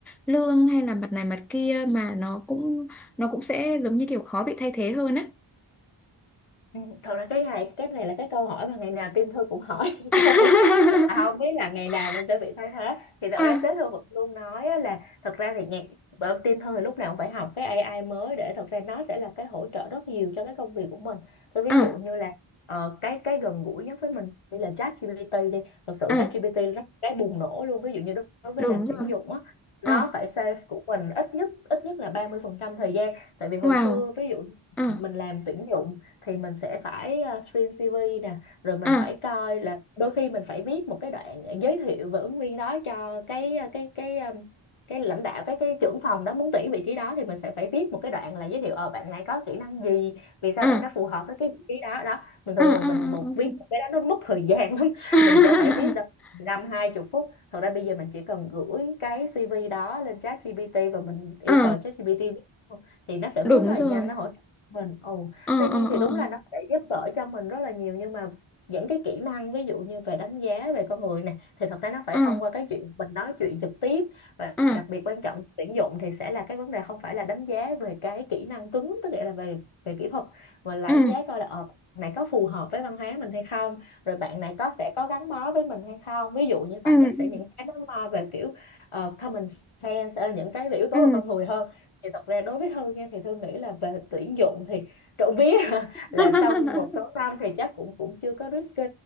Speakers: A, in the centre; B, on the left.
A: lương hay là mặt này mặt kia mà nó cũng nó cũng sẽ giống như kiểu khó bị thay thế hơn á.
B: Ừ, thật ra cái này cái này là cái câu hỏi mà ngày nào team thư cũng hỏi <laughs>
A: <laughs>
B: nhau Và không biết là ngày nào mình sẽ bị thay thế thì thật
A: À,
B: ra sếp thư vẫn luôn nói á là thật ra thì ngày, bởi team thư thì lúc nào cũng phải học cái AI mới để thật ra nó sẽ là cái hỗ trợ rất nhiều cho cái công việc của mình tôi ví
A: à,
B: dụ như là ờ, cái cái gần gũi nhất với mình đi là ChatGPT đi thật sự
A: à,
B: ChatGPT nó cái bùng nổ luôn ví dụ như đối đối với
A: đúng
B: làm
A: rồi.
B: tuyển dụng á nó
A: À,
B: phải save của mình ít nhất ít nhất là 30% thời gian tại vì hồi
A: wow.
B: xưa ví dụ
A: À,
B: mình làm tuyển dụng thì mình sẽ phải ờ, screen CV nè rồi mình
A: à,
B: phải coi là đôi khi mình phải viết một cái đoạn giới thiệu về ứng viên đó cho cái ờ, cái cái um, cái lãnh đạo cái cái trưởng phòng đó muốn tuyển vị trí đó thì mình sẽ phải viết một cái đoạn là giới thiệu ờ bạn này có kỹ năng gì vì sao
A: à,
B: bạn đó phù hợp với cái vị trí đó đó mình thường
A: à, à,
B: thường
A: à,
B: mình một
A: à.
B: viết
A: à.
B: một cái đó nó mất thời <laughs> gian lắm
A: <laughs>
B: mình sẽ phải viết đâu 15 20 phút thật ra bây giờ mình chỉ cần gửi cái CV đó lên chat ChatGPT và mình yêu
A: ờ
B: cầu chat ChatGPT viết luôn, thì nó sẽ
A: đúng
B: viết rất là
A: rồi
B: nhanh nó hỗ trợ mình Ồ
A: ờ
B: tuy nhiên
A: ờ
B: thì
A: ờ
B: đúng
A: ờ
B: là nó sẽ giúp đỡ cho mình rất là nhiều nhưng mà những cái kỹ năng ví dụ như về đánh giá về con người này thì thật ra nó phải
A: ờ
B: thông qua cái chuyện mình nói chuyện trực tiếp và
A: ờ
B: đặc biệt quan trọng tuyển dụng thì sẽ là cái vấn đề không phải là đánh giá về cái kỹ năng cứng tức nghĩa là về về kỹ thuật mà là
A: ừ
B: đánh giá coi là ờ bạn này có phù hợp với văn hóa mình hay không rồi bạn này có sẽ có gắn bó với mình hay không ví dụ như
A: ừ
B: vậy nó sẽ
A: ừ
B: những cái nó lo về kiểu ờ, common sense ờ, những cái về yếu tố
A: ừ
B: về con người hơn thì thật ra đối với Thương nha thì Thương nghĩ là về tuyển dụng thì trộm vía <laughs> là
A: ừ <laughs>
B: xong một số năm thì chắc cũng cũng chưa có risky